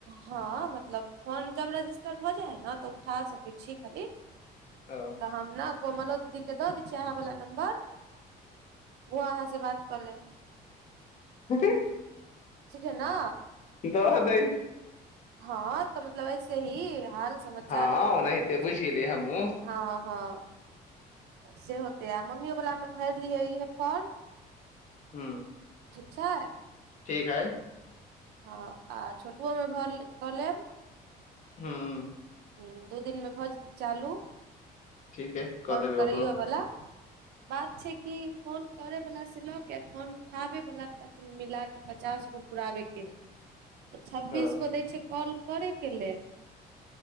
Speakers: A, on the right; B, on the left.
A: हँ मतलब फोन जब रजिस्टर भऽ जाय है ने तऽ उठा सकै छी खाली
B: हूँ
A: तऽ हम ने कोमलो दीदीके दऽ दै छियै अहाँवला नम्बर ओ अहाँ से बात कऽ लेत
B: <inaudible>
A: ठीके ना
B: द दै
A: हँ तऽ मतलब ऐसे ही हाल समाचार
B: हँ
A: कुछ
B: ओनाहिते
A: ने कुछ
B: बुझि गेलियै हमहूँ
A: हँ हँ से होतै आ मम्मीयो वला मे भर लिये इहे फोर्म
B: हूँ
A: ठीक छै
B: ठीक हय
A: हँ आ छोटुओमे भर कऽ लेब
B: हूँ
A: ह्म दू दिनमे भऽ जेतै चालू
B: ठीक है कऽ
A: फोन
B: देबै
A: करैयो
B: ओकरो
A: वला बात छै की फोन करे वाला से लो के फोन उठाबे वाला तक मिला पचास गो पुराबेके हे तऽ छब्बीस
B: हँ
A: गो दै छै कॉल करैके लेल